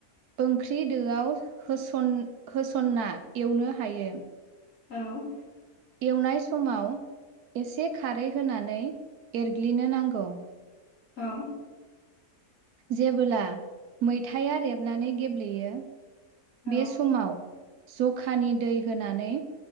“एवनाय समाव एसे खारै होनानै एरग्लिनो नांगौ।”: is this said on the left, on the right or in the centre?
Right